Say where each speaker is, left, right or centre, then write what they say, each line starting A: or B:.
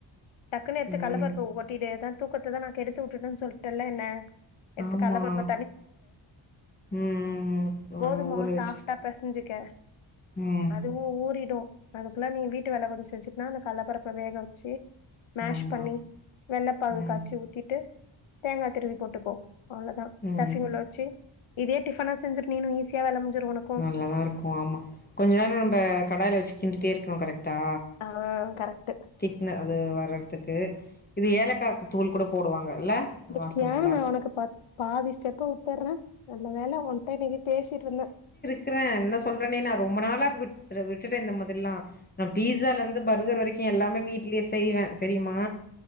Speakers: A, on the left; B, on the left.
A: டக்குன்னு எடுத்து
B: ம்
A: கல்லபருப்ப கொட்டிடு அத தூக்கத்ததா நா கெடுத்துவுட்டுடன்னு சொல்ட்டல்ல என்ன எடுத்து
B: ஆமா
A: கடலப்பருப்ப
B: ம் ம் ஆ
A: கோதுமாவ
B: ஊற
A: சாஃப்டா
B: வச்சுட்டு
A: பெசஞ்சிக்க
B: ம்
A: அதுவு ஊ ஊறிடு அதுக்குல்லா நீ வீட்டு வேல கொஞ்சோ செஞ்சிட்னா அந்த கல்லபருப்ப வேக வச்சி மேஷ்
B: ஆமா
A: பண்ணி வெள்ளப்பாகு
B: ம்
A: காச்சி ஊத்திட்டு தேங்கா திருவி போட்டுக்கோ அவ்ளோதா
B: ம்
A: ஸ்டஃபிங் உள்ள வச்சி இதே டிஃபனா செஞ்சிடு நீனு ஈஸியா வேல முஞ்சிரு ஒன
B: நல்லாதா இருக்கு ஆமா கொஞ்சோ நேரோ நம்ம கடாயில வச்சி கிண்டிட்டே இருக்கணு கரக்ட்டா
A: ஆ கரக்
B: திக்ன அது வரத்துக்கு இது ஏலக்கா தூள் கூட போடுவாங்க இல்ல
A: இந்த
B: வாசன
A: தியனா
B: நல்லா இருக்கு
A: உனக்கு பா பாதி ஸ்டெப்பு உட்டர்றே நல்ல வேல ஒன்ட்ட இன்னிக்கு பேசிட்ருந்தே
B: க்கிறே என்ன சொல்றேனே நா ரொம்பநாளா விட்ர விட்டுட்டே இந்தமாதிரில்லா நா பீஸால இருந்து பர்கர் வரைக்கு எல்லாமே வீட்லியே செய்வே தெரியுமா